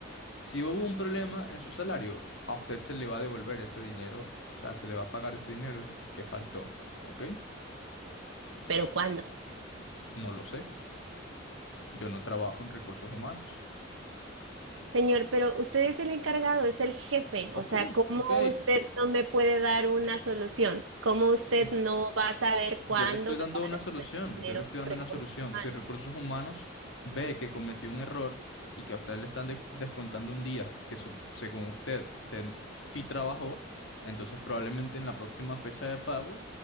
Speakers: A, on the left; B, on the right.
A: Si hubo un problema en su salario, a usted se le va a devolver ese dinero, o sea, se le va a pagar ese dinero que faltó, ¿ok?
B: ¿Pero cuándo?
A: No lo sé, yo no trabajo en recursos humanos.
B: Señor, pero usted es el encargado, es el jefe.
A: Ok,
B: O sea, ¿cómo
A: ok,
B: usted no me puede dar una solución? ¿Cómo usted
A: mm,
B: no va a saber
A: ya
B: cuándo
A: le estoy
B: me
A: dando
B: va
A: una
B: a dar
A: solución,
B: el dinero
A: yo le estoy dando
B: recursos
A: una solución.
B: humanos?
A: Si recursos humanos ve que cometió un error y que a usted le están de- descontando un día que su- según usted, usted sí trabajó, entonces probablemente en la próxima fecha de pago,